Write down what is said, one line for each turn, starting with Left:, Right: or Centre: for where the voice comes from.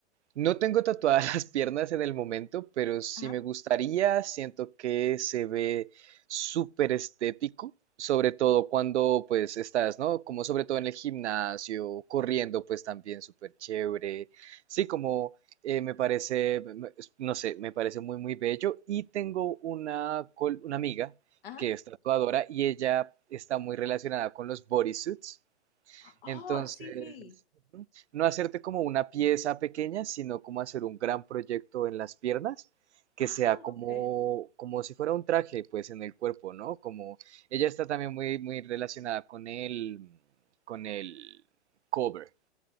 Right: No tengo tatuadas <laughs> las piernas en el momento, pero si
Left: Ajá.
Right: me gustaría. Siento que se ve súper estético, sobre todo
Left: Sí.
Right: cuando pues estás, ¿no? Como sobre todo en el gimnasio, corriendo pues también súper chévere. Sí, como eh, me parece, me- me- no sé, me parece muy muy bello. Y tengo una, col- una amiga
Left: Ajá.
Right: que es tatuadora y ella está muy relacionada con los bodysuits.
Left: Oh,
Right: Entonces,
Left: sí, sí.
Right: ujú, no hacerte como una pieza pequeña, sino como hacer un gran proyecto en las piernas, que
Left: Ah,
Right: sea como,
Left: ok.
Right: como si fuera un traje, pues en el cuerpo, ¿no? Como ella está también muy, muy relacionada con el, con el cover,